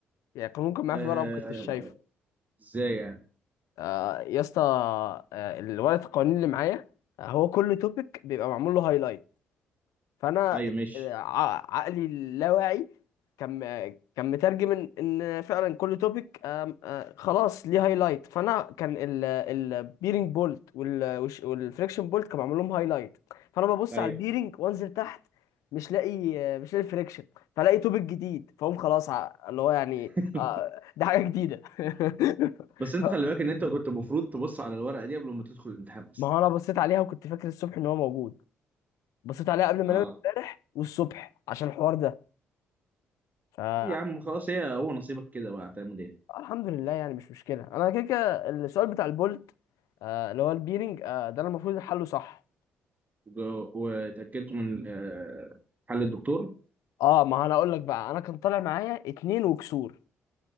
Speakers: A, on the left; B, on the right.
A: يعني القانون كان معايا
B: آه،
A: في ورقه ما كنتش
B: أيوة.
A: شايفه
B: ازاي يعني
A: آه يا اسطى آه الورقه القوانين اللي معايا آه هو كل توبيك بيبقى معمول له هايلايت فانا
B: ايوه ماشي
A: آه، ع- عقلي اللاواعي كان كان مترجم ان إن فعلا كل توبيك خلاص ليه هايلايت فانا كان البيرنج بولت والفريكشن بولت كان معمول لهم هايلايت فانا ببص
B: ايوه
A: على البيرنج وانزل تحت مش لاقي آه، مش لاقي الفريكشن فلاقي توبيك جديد فاقوم خلاص ع- اللي هو يعني
B: <laughs>
A: آه، <laughs> ده حاجه جديده <laughs>
B: بس انت خلي بالك ان انت كنت المفروض تبص على الورقه دي قبل ما تدخل الامتحان اصلا
A: ما هو انا بصيت عليها وكنت فاكر الصبح ان هو موجود بصيت عليها قبل
B: اه
A: ما انام امبارح والصبح عشان الحوار ده
B: يا عم خلاص هي هو نصيبك كده بقى هتعمل ايه
A: الحمد لله يعني مش مشكله انا كده كده السؤال بتاع البولت آه اللي هو البيرنج آه ده انا المفروض حله صح
B: وج- وتاكدت من آه، حل الدكتور
A: اه ما انا اقول لك بقى انا كان طالع معايا اتنين وكسور